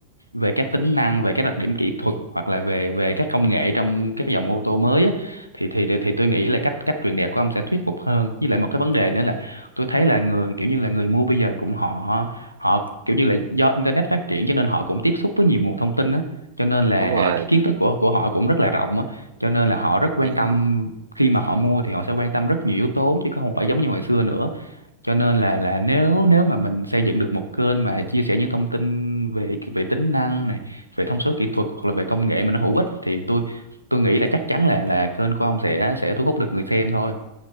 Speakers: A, on the left (about 85°); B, on the right (about 55°).
A: về các tính năng về các đặc điểm kỹ thuật hoặc là về về các công nghệ trong các dòng ô tô mới á, thì thì thì thì tôi nghĩ là cách cách truyền đạt của ông sẽ thuyết phục hơn với lại một cái vấn đề nữa là tôi thấy là người kiểu như là người mua bây giờ cũng họ họ kiểu như là do internet phát triển cho nên họ cũng tiếp xúc với nhiều nguồn thông tin á cho nên là
B: đúng rồi
A: cái kiến thức của của họ cũng rất là rộng á cho nên là họ rất quan
B: Ừ,
A: tâm khi mà họ mua thì họ sẽ quan tâm rất nhiều yếu tố chứ không phải giống như hồi xưa nữa cho nên là là nếu nếu mà mình xây dựng được một kênh mà chia sẻ những thông tin về về tính năng này về thông số kỹ thuật hoặc là về công nghệ mà nó hữu ích thì tôi tôi nghĩ là chắc chắn là là kênh của ông sẽ sẽ thu hút được người xem thôi